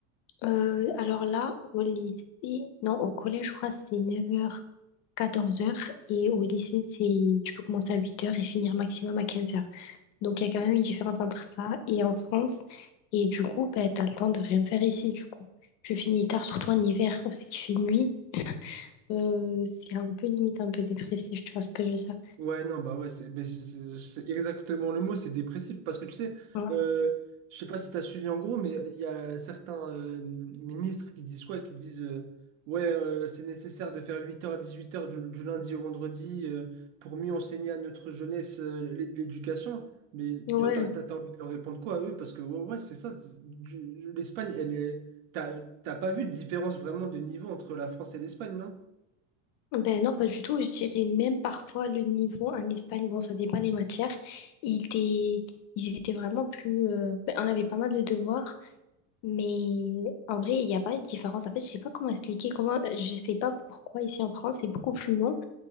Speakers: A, on the left; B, on the right.
A: Euh, alors là, au lycée, non, au collège, je crois, c'est neuf heures quatorze heures Et au lycée, c'est tu peux commencer à huit heures et finir maximum à quinze heures Donc, il y a quand même une différence entre ça et en France. Et du coup, bah, tu as le temps de rien faire ici, du coup. Tu finis tard, surtout en hiver, aussi qu'il fait nuit. Euh, c'est un peu limite, un peu dépressif, tu vois ce que je veux dire.
B: Ouais, non, bah ouais, c'est ben, c'est- c'est- c'est exactement le mot, c'est dépressif. Parce que tu sais,
A: Ouais.
B: euh, je sais pas si tu as suivi en gros, mais euh, il y a certains euh, ministres qui disent quoi? Qui disent euh, ouais, euh, c'est nécessaire de faire huit heures à 18h du, du lundi au vendredi euh, pour mieux enseigner à notre jeunesse euh, l'é- l'éducation. Mais
A: Ouais.
B: toi, t'as, t'as, t'as envie de leur répondre quoi à eux? Parce que ouais, ouais, c'est ça. du- L'Espagne, elle est. T'as, t'as pas vu de différence vraiment de niveau entre la France et l'Espagne,
A: Ben non, pas du tout. Je dirais même parfois le niveau en Espagne, bon, ça dépend les matières. Ils étaient, ils étaient vraiment plus. euh, ben, on avait pas mal de devoirs, mais en vrai, il n'y a pas de différence. En fait, je sais pas comment expliquer. Comment, je sais pas pourquoi ici en France, c'est beaucoup plus long.